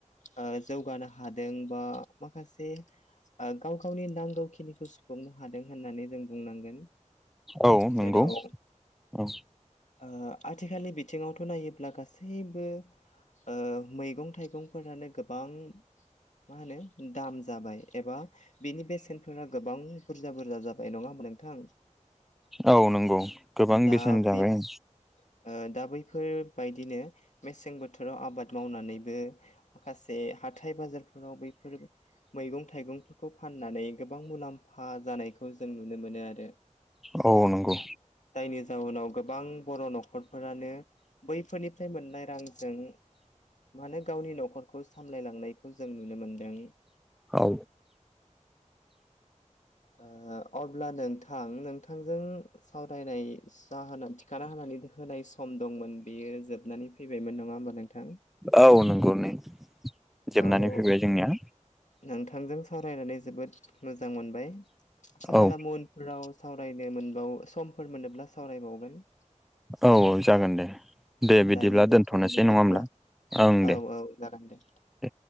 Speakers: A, on the left; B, in the centre.
A: ओ जौगानो हादों बा, माखासे गाव गावनि नांगौखिनिखौ सुफुंनो हादों होननानै जों बुंनांगोन,
B: औ नंगौ
A: जेराव
B: औ
A: ओ आथिखालनि बिथिङावथ' नायोब्ला गासैबो, ओ मैगं थाइगंफोरानो गोबां मा होनो, दाम जाबाय एबा, बिनि बेसेनफोरा गोबां बुरजा बुरजा जाबाय नङा होमबा नोंथां,
B: औ नंगौ गोबां
A: दा
B: बेसेन जाबाय,
A: बे ओ दा बैफोरबायदिनो मेसें बोथोराव आबाद मावनानैबो, माखासे हाथाय बाजारफोराव बैफोर मैगं थाइगंफोरखौ फाननानै गोबां मुलाम्फा जानायखौ जों नुनो मोनो आरो
B: औ नंगौ,
A: जायनि जाहुनाव गोबां बर' न'खरफोरानो, बैफोरनिफ्राय मोननाय रांजों, मानो गावनि न'खरखौ सामलायलांनायखौ जों नुनो मोनदों,
B: औ
A: <inaudible> अब्ला नोंथां नोंथांजों, सावरायनाय जाहोना थिखाना होनानै होनाय सम दंमोन बेयो जोबनानै, फैबायमोन नङा होमबा नोंथां,
B: औ नंगौ नै जोबनानै
A: औ
B: फैबाय जोंनिया,
A: नोंथांजों सावरायनानै जोबोद मोजां मोनबाय आसा
B: औ
A: खालामो राव सावरायनो मोनबावो समफोर मोनोब्ला सावरायबावगोन।
B: औ औ जागोन दे दे बिदिब्ला
A: दायो दोनथ'दिनोसै
B: दोनथ'नोसै नंङा
A: नामा
B: होमब्ला? ओं
A: औ
B: दे।
A: औ जागोन दे
B: दे